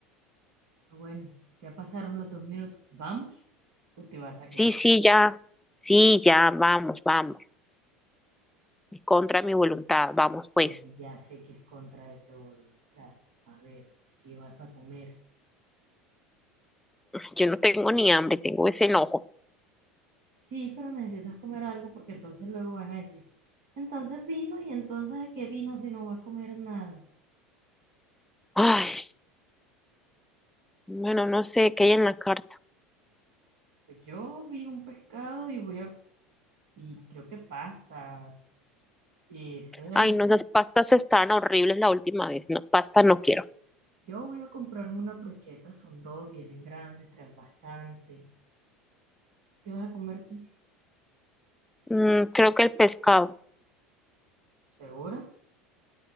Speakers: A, on the right (about 55°); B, in the centre.
A: pero bueno, ya pasaron los dos minutos. ¿Vamos o te vas a quedar?
B: Sí, sí, ya, sí, ya, vamos, vamos, contra mi voluntad, vamos pues.
A: Y ya sé que es contra de tu voluntad. A ver, ¿qué vas a comer?
B: Yo no tengo ni hambre, tengo ese enojo.
A: Sí, pero necesitas comer algo porque entonces luego van a decir, entonces vino y entonces ¿de qué vino si no va a comer nada?
B: Ay, bueno, no sé qué hay en la carta.
A: Pues yo vi un pescado y voy a, y creo que pastas y cerdo.
B: Ay, no, esas pastas estaban horribles la última vez. No, pasta no quiero.
A: Yo voy a comprarme unas brochetas, son dos, vienen grandes, traen bastante. ¿Qué vas a comer tú?
B: Mm, creo que el pescado.
A: ¿Segura?